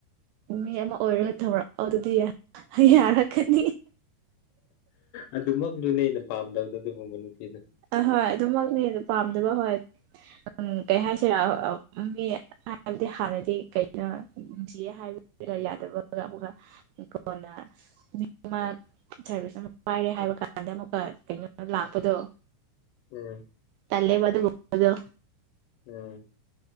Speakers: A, on the right (about 85°); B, on the left (about 80°).
A: ꯃꯤ ꯑꯃ ꯑꯣꯏꯔꯒ ꯊꯧꯔꯛꯑꯣ ꯑꯗꯨꯗꯤ ꯍ ꯌꯥꯔꯛꯀꯅꯤ꯫
B: ꯑꯗꯨꯃꯛꯗꯨꯅꯦ ꯑꯩꯅ ꯄꯥꯝꯗꯕꯗꯨ ꯑꯗꯨꯒꯨꯝꯕ ꯅꯨꯄꯤꯗꯨ
A: ꯑꯍꯣꯏ ꯑꯗꯨꯃꯛꯅꯦ ꯑꯗꯨ ꯄꯥꯝꯗꯕ ꯍꯣꯏ꯫ ꯎꯝ ꯀꯩ ꯍꯥꯏꯁꯤꯔ ꯃꯤ ꯍꯥꯏꯕꯗꯤ ꯍꯥꯟꯅꯗꯤ ꯀꯩ ꯅꯨꯡꯁꯤꯌꯦ ꯍꯥꯏꯕ ꯌꯥꯗꯕꯒ ꯑꯃꯨꯀꯥ ꯀꯣꯟꯅ ꯃꯤ ꯑꯃ ꯁꯥꯔꯚꯤꯁ ꯑꯃ ꯄꯥꯏꯔꯦ ꯍꯥꯏꯕ ꯀꯥꯟꯗ ꯑꯃꯨꯛꯀ ꯀꯩꯅꯣ ꯂꯥꯛꯄꯗꯣ꯫
B: ꯎꯝ
A: ꯇꯂꯦꯕ ꯑꯗꯨꯒꯨꯝꯕꯗꯣ꯫
B: ꯎꯝ